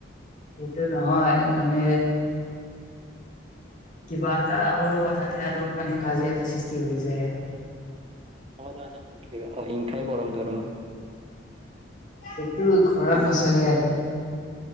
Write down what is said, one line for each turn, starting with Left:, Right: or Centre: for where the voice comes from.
Left: সেইটো নহয় মানে কিবা এটা সৰু কথাতে আৰু মানে কাজিয়া এটা সৃষ্টি হৈ যায় আৰু।
Right: <unintelligible> অহিংসাই পৰম ধৰ্ম।
Left: সেইটো ঘৰত নচলে আৰু।
Right: উম,